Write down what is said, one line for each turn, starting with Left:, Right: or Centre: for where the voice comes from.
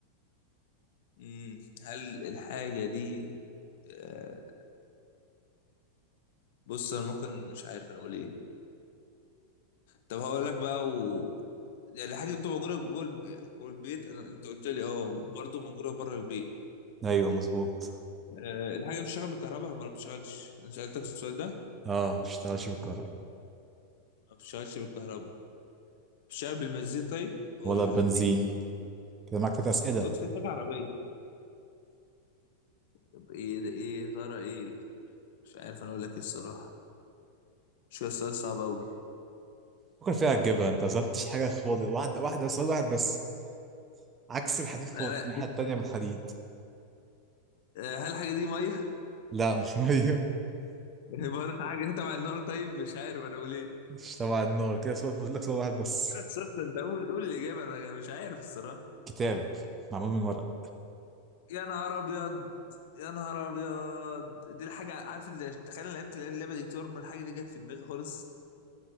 Left: امم هل الحاجه دي آه، بص انا ممكن مش عارف انا اقول ايه طب هقول لك بقى و يعني الحاجه اللي بتبقى موجوده جوه البي- جوه البيت انا انت قلت لي اه برضه موجوده بره البيت
Right: يعني أيوه مظبوط
Left: أه الحاجه اللي بتشتغل بالكهرباء ما بتشتغلش انا سالتك السؤال ده
Right: أه مشتغلش بالكهرباء
Left: ما بتشتغلش بالكهرباء بتشتغل بالبنزين طيب او
Right: ولا
Left: الحاجات
Right: بنزين
Left: دي
Right: كده معاك تلات أسئلة
Left: محطوط في دماغ عربية طب ايه ده ايه يا ترى ايه مش عارف انا اقول لك ايه الصراحة شو السؤال صعب اوي
Right: فكر فيها تجيبها أنت مسألتش حاجة خالص واحدة واحدة سؤال واحد بس عكس الحديد خالص
Left: انا
Right: الناحية التانية من الحديد
Left: آه، هل الحاجة دي مية؟
Right: لا مش مية
Left: <laughs> عبارة عن حاجة تبع النار طيب مش عارف انا اقول ايه
Right: <laughs> مش تبع النار كده سؤال فاضل لك سؤال واحد بس
Left: انا كده خسرت انت قول قول الإجابة انا أنا مش عارف الصراحة
Right: كتاب معمول من ورق
Left: يا نهار ابيض يا نهار ابيض دي الحاجة عارف اللي تخيل انا لعبت اللعبة دي كتير من الحاجة دي جت في دماغي خالص